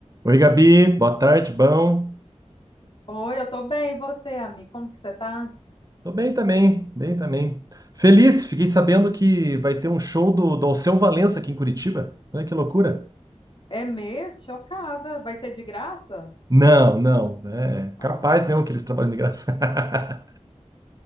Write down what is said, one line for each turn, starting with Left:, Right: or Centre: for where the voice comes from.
Right: Oi, Gabi, boa tarde, bom.
Left: Oi, eu tô bem, e você, amigo? Como que você tá?
Right: Tô bem também, bem também. Feliz, fiquei sabendo que vai ter um show do, do Alceu Valença aqui em Curitiba. Olha que loucura.
Left: É mesmo? Chocada. Vai ser de graça?
Right: Não, não, é
Left: Ah,
Right: capaz mesmo que eles trabalham de graça. <laughs>